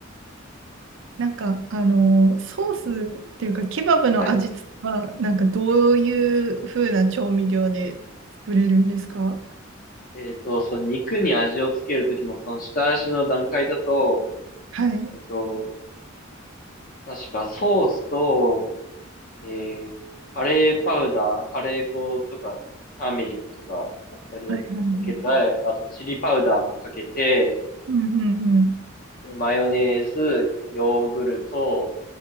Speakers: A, on the right (about 65°); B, on the left (about 45°).
A: なんか、あのー、ソースっていうか、ケバブの味付けは、
B: はい。
A: なんかどういう風な調味料で作れるんですか
B: えっと、その肉に味をつけるときのその下味の段階だと、
A: はい。はい
B: えっと、確かソースとえー、カレーパウダー、カレー粉とか、ターメリックとかだったりをかけたて、
A: はいはい。
B: あとチリパウダーもかけて、
A: うんうんうん。
B: でマヨネーズ、ヨーグルト